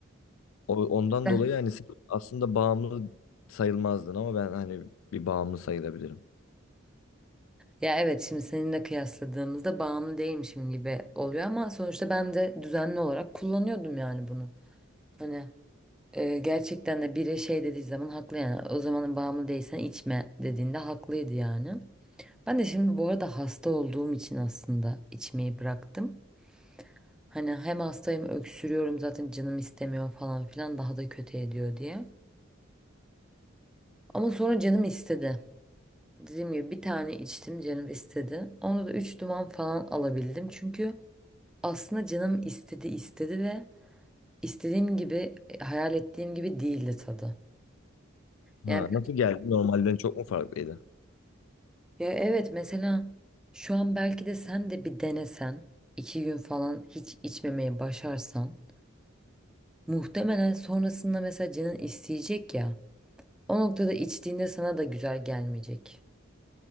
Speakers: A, on the left; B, in the centre.
A: O, ondan
B: <laughs>
A: dolayı hani sen aslında bağımlı sayılmazdın ama ben hani bir bağımlı sayılabilirim.
B: Ya evet şimdi seninle kıyasladığımızda bağımlı değilmişim gibi oluyor ama sonuçta ben de düzenli olarak kullanıyordum yani bunu. Hani e, gerçekten de biri şey dediği zaman haklı yani o zamanın bağımlı değilsen içme dediğinde haklıydı yani. Ben de şimdi bu arada hasta olduğum için aslında içmeyi bıraktım. Hani hem hastayım öksürüyorum zaten canım istemiyor falan filan daha da kötü ediyor diye. Ama sonra canım istedi. Dediğim gibi bir tane içtim canım istedi. Onda da 3 duman falan alabildim çünkü Aslında canım istedi istedi ve istediğim gibi e, hayal ettiğim gibi değildi tadı. Yani
A: Ha, nasıl geldi? Normalden çok mu farklıydı?
B: ya evet mesela şu an belki de sen de bir denesen iki gün falan hiç içmemeye başarsan muhtemelen sonrasında mesela canın isteyecek ya o noktada içtiğinde sana da güzel gelmeyecek.